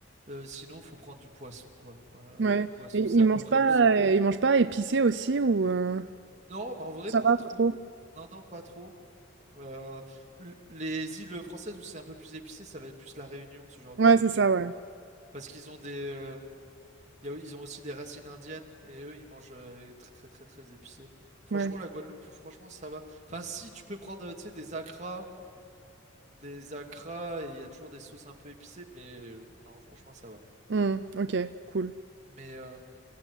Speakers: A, on the right; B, on the right.
A: Euh, sinon, faut prendre du poisson, quoi. Euh,
B: ouais
A: du poisson,
B: et
A: c'est
B: ils
A: à
B: mangent
A: peu près
B: pas,
A: le seul.
B: heu, ils mangent pas épicé aussi ou heu,
A: Non, en vrai,
B: ça
A: pas
B: va
A: trop.
B: pas trop?
A: Non, non, pas trop. Euh, l- les îles françaises où c'est un peu plus épicé, ça va être plus la Réunion, ce genre de
B: Ouais,
A: choses,
B: c'est
A: tu
B: ça,
A: vois.
B: ouais,
A: Parce qu'ils ont des, euh, y a- ils ont aussi des racines indiennes et eux, ils mangent euh, très, très, très, très épicé. Franchement,
B: ouais.
A: la Guadeloupe, franchement, ça va. Enfin, si tu peux prendre, euh, tu sais, des acras, des acras et il y a toujours des sauces un peu épicées, mais euh, non, franchement, ça va.
B: Mmh, OK, cool.
A: Mais euh,